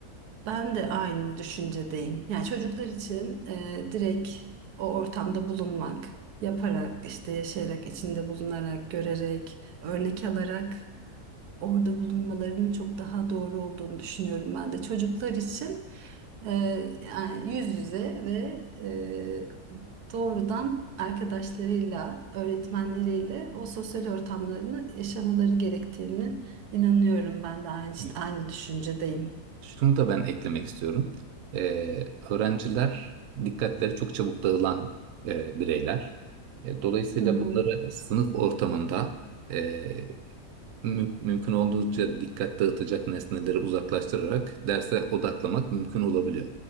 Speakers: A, on the right (about 85°); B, on the right (about 65°).
A: Ben de aynı düşüncedeyim. Yani çocuklar için e, direkt o ortamda bulunmak, yaparak, işte yaşayarak, içinde bulunarak, görerek, örnek alarak orada bulunmalarının çok daha doğru olduğunu düşünüyorum ben de. Çocuklar için e, yani yüz yüze ve e, doğrudan arkadaşlarıyla, öğretmenleriyle o sosyal ortamlarını yaşamaları gerektiğini inanıyorum ben de aynı,
B: Evet.
A: aynı düşüncedeyim.
B: Şunu da ben eklemek istiyorum. E, öğrenciler dikkatleri çok çabuk dağılan e, bireyler. E, dolayısıyla
A: Hı hı.
B: bunları sınıf ortamında e, mü- mümkün olduğunca dikkat dağıtacak nesneleri uzaklaştırarak derse odaklamak mümkün olabiliyor.